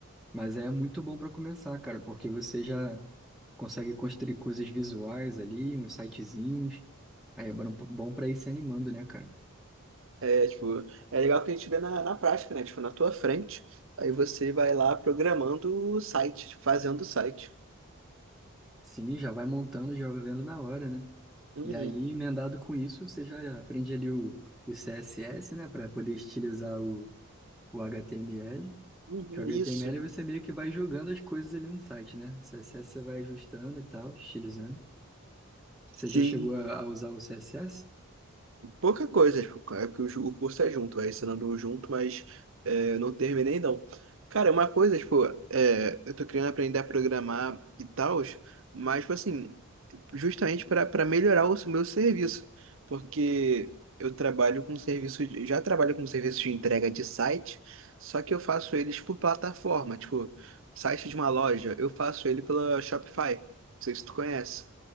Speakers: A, in the centre; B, on the right (about 60°).
A: Mas é muito bom para começar, cara, porque você já consegue construir coisas visuais ali, uns sitezinhos. Aí é bom bom pra ir se animando, né, cara?
B: É, tipo, é legal que a gente vê na, na prática, né? Tipo, na tua frente. Aí você vai lá programando o site, tipo, fazendo o site.
A: Sim, já vai montando, já vai vendo na hora, né?
B: Uhum,
A: E aí, emendado com isso, você já aprende ali o, o CSS, né, para poder estilizar o, o HTML.
B: uhum,
A: Que o HTML
B: isso.
A: você meio que vai jogando as coisas ali no site, né? O CSS você vai ajustando e tal, estilizando. Você
B: Sim,
A: já chegou a, a usar o CSS?
B: pouca coisa, tipo, é porque o ju- o curso é junto, é ensinando um junto, mas é, não terminei não. Cara, uma coisa, tipo, é, eu tô querendo aprender a programar e tal, mas, tipo assim, justamente para para melhorar o meu serviço, porque eu trabalho com serviço, de- já trabalho com serviço de entrega de site, só que eu faço eles por plataforma, tipo, site de uma loja, eu faço ele pela Shopify, não sei se tu conhece.